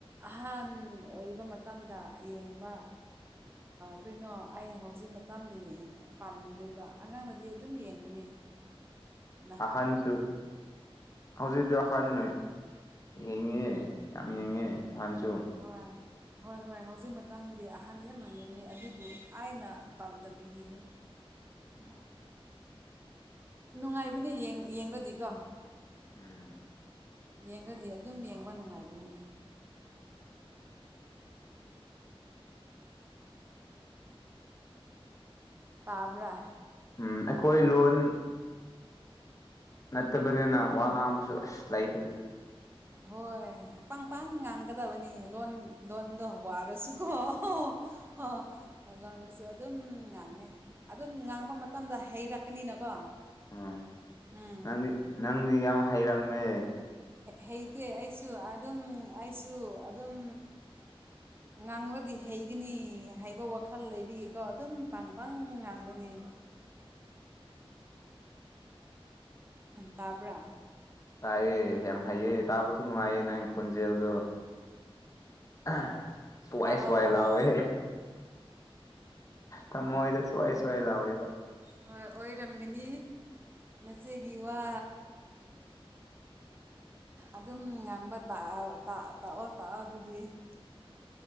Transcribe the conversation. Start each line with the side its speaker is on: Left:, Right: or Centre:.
Right: ꯑꯍꯟ ꯑꯣꯏꯕ ꯃꯇꯝꯗ ꯌꯦꯡꯕ ꯀꯩꯅꯣ ꯑꯩ ꯍꯧꯖꯤꯛ ꯃꯇꯥꯗꯤ ꯄꯥꯝꯗ꯭ꯔꯦꯕ ꯑꯉꯥꯡꯅꯗꯤ ꯑꯗꯨꯝ ꯌꯦꯡꯕꯅꯦ <unintelligible>
Left: ꯑꯁꯥꯟꯅꯤꯁꯨ ꯍꯧꯖꯤ ꯑꯁꯥꯟ ꯅꯣꯏ ꯌꯦꯡꯉꯦ ꯌꯥꯝ ꯌꯦꯡꯉꯦ ꯑꯍꯟꯁꯨ
Right: ꯑ ꯍꯣꯏ ꯍꯣꯏ ꯍꯧꯖꯤꯛ ꯃꯇꯝꯗꯤ ꯑꯍꯥꯟꯕ ꯌꯥꯝ ꯍꯪꯉꯤꯉꯤ ꯑꯗꯨꯕꯨ ꯑꯩꯅ ꯄꯥꯝꯗꯕꯒꯤꯅꯤ
Left: ꯎꯝ
Right: ꯅꯨꯡꯉꯥꯏꯕꯅꯦ ꯌꯦꯡꯒꯗꯤꯀꯣ
Left: ꯎꯝ
Right: ꯌꯦꯡꯉꯗꯤ ꯑꯗꯨꯝ ꯌꯦꯡꯕ ꯅꯨꯡꯉꯥꯏꯒꯅꯤ ꯇꯥꯕ꯭ꯔꯥ
Left: ꯎꯝ ꯑꯩꯈꯣꯏ ꯂꯣꯟ ꯅꯠꯇꯕꯅꯤꯅ ꯋꯥ ꯉꯥꯡꯕꯁꯨ ꯑꯁ ꯂꯩꯇꯦꯅꯦ
Right: ꯍꯣꯏ ꯄꯥꯡ ꯄꯥꯡ ꯉꯥꯡꯒꯗꯕꯅꯤ ꯂꯣꯟ ꯂꯣꯟꯗꯣ ꯋꯥꯔꯁꯨꯀꯣ ꯑꯣ ꯍ ꯂꯣꯟꯅꯁꯨ ꯑꯗꯨꯝ ꯉꯥꯡꯉꯦ ꯑꯗꯨꯝ ꯉꯥꯡꯕ ꯃꯇꯝꯗ ꯍꯩꯔꯛꯀꯅꯤꯅꯀꯣ
Left: ꯎ
Right: ꯎꯝ
Left: ꯅꯪꯗꯤ ꯅꯪꯗꯤ ꯌꯥꯝ ꯍꯩꯔꯝꯃꯦ
Right: ꯍꯩꯇꯦ ꯑꯩꯁꯨ ꯑꯗꯨꯝ ꯑꯩꯁꯨ ꯑꯗꯨꯝ ꯉꯥꯡꯂꯗꯤ ꯍꯩꯒꯅꯤ ꯍꯥꯏꯕ ꯋꯥꯈꯜ ꯂꯩꯕꯤꯒꯤꯀꯣ ꯑꯗꯨꯝ ꯄꯥꯡ ꯄꯥꯡ ꯉꯥꯡꯕꯅꯤ ꯎ ꯇꯥꯕ꯭ꯔ
Left: ꯇꯥꯏꯑ ꯌꯥꯝ ꯍꯩꯑ ꯇꯥꯕꯁꯨ ꯅꯨꯡꯉꯥꯏꯌꯦ ꯅꯪ ꯈꯣꯟꯖꯦꯜꯦꯜꯗꯣ ꯑ ꯁ꯭ꯋꯥꯏ
Right: ꯇꯥꯛꯑꯣ
Left: ꯁ꯭ꯋꯥꯏ
Right: ꯇꯥꯛꯑꯣ
Left: ꯂꯑꯣꯦ ꯊꯝꯃꯣꯣꯏꯗ ꯁ꯭ꯋꯥꯏ ꯆꯋ ꯂꯑꯣꯦ
Right: ꯍꯣꯏ ꯑꯣꯏꯔꯝꯒꯅꯤ ꯃꯆꯦꯒꯤ ꯋꯥ ꯑꯗꯨꯝ ꯉꯥꯡꯕ ꯇꯥꯛ ꯇꯥꯛꯑꯣ ꯇꯥꯛꯑꯣ ꯑꯗꯨꯗꯤ <unintelligible>